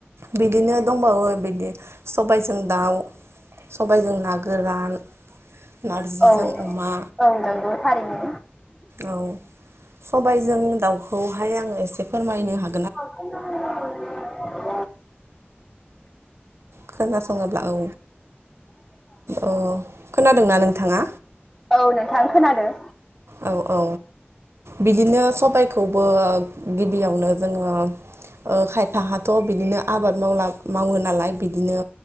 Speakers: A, on the right; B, in the centre.
A: बिदिनो दंबावो बिदि सबायजों दाउ सबायजों ना गोरान नारजिजों
B: औ
A: अमा
B: औ नंगौ थारैनो
A: औ सबायजों दाउखौहाय आङो एसे फोरमायनो हा
B: <unintelligible>
A: खोनासंङोब्ला औ औ खोनादोंना नोंथांङा?
B: औ नोंथां खोनादों
A: औ औ बिदिनो सबाइखौबो गिबियावनो जोंङो खायफाहाथ' बिदिनो आबाद मावला मावो नालाय बिदिनो